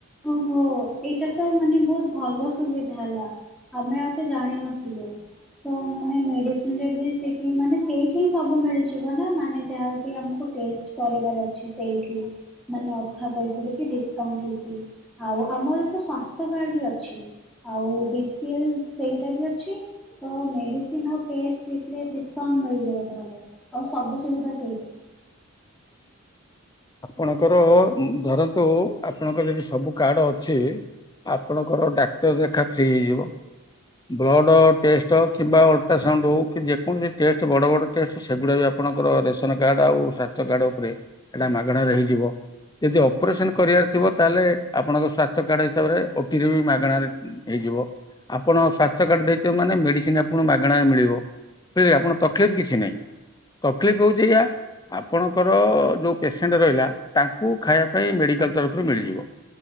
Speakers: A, in the centre; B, on the left.
A: ଓହୋ ଏଇଟା ତ ମାନେ ବୋହୁତ ଭଲ ସୁବିଧା ହେଲା। ଆମେ ଆଉ ତ ଜାଣିନଥିଲୁ। ତ ମାନେ ମେଡିସିନରେ ବି ସେଇଠି ମାନେ ସେଇଠି ହିଁ ସବୁ ମିଳିଯିବ ନା ମାନେ ଯାହାବି ଆମକୁ ଟେଷ୍ଟ କରିବାର ଅଛି ସେଇଠି ମାନେ ଅଧା ପଇସାରେ କି ଡିସକାଉଣ୍ଟ ହେଇକି? ଆଉ ଆମର ତ ସ୍ଵସ୍ଥ୍ୟ କାର୍ଡ ବି ଅଛି ଆଉ ବି ପି ଏଲ୍ ସେଇଟା ବି ଅଛି। ତ ମେଡିସିନ୍ ଆଉ ଟେଷ୍ଟ୍ ସେଇଥିରେ ଡିସକାଉଣ୍ଟ ମିଳିଯିବ ତାହାଲେ। ଆଉ ସବୁ ସୁବିଧା ସେଇଠି।
B: ଆପଣଙ୍କର ଉଁ ଧରନ୍ତୁ ଆପଣଙ୍କର ଯଦି ସବୁ କାର୍ଡ ଅଛି ଆପଣଙ୍କର ଡାକ୍ତର ଦେଖା ଫ୍ରି ହେଇଯିବ ବ୍ଲଡ଼୍ ଟେଷ୍ଟ କିମ୍ବା ଅଲଟ୍ରାସାଉଣ୍ଡ ହୋଉ କି ଯେକୌଣସି ଟେଷ୍ଟ ବଡ଼ ବଡ଼ ଟେଷ୍ଟ ସେଗୁଡ଼ା ବି ଆପ ଆପଣଙ୍କର ରେସନ କାର୍ଡ ଆଉ ସ୍ୱାସ୍ଥ୍ୟ କାର୍ଡ ଉପରେ ଏଟା ମାଗଣାରେ ହେଇଯିବ। ଯଦି ଅପରେସନ କରିବାର ଥିବ ତାହେଲେ ଆପଣଙ୍କ ସ୍ୱାସ୍ଥ୍ୟ କାର୍ଡ ହିସାବରେ ଓ ଟିରେ ବି ମାଗଣାରେ ହେଇଯିବ। ଆପଣ ସ୍ୱାସ୍ଥ୍ୟ କାର୍ଡ ଦେଇଥିବେ ମାନେ ମେଡ଼ିସିନ ଆପଣଙ୍କୁ ମାଗଣାରେ ମିଳିବ ବୁଝିଲେ ଆପଣ ତକଲିଫ୍ କିଛି ନାହିଁ। ତକଲିଫ୍ ହୋଉଚି ଏଇଆ ଆପଣଙ୍କର ଯୋଉ ପେସେଣ୍ଟ ରହିଲା ତାଙ୍କୁ ଖାଇବା ପାଇଁ ମେଡ଼ିକାଲ ତରଫରୁ ମିଳିଯିବ।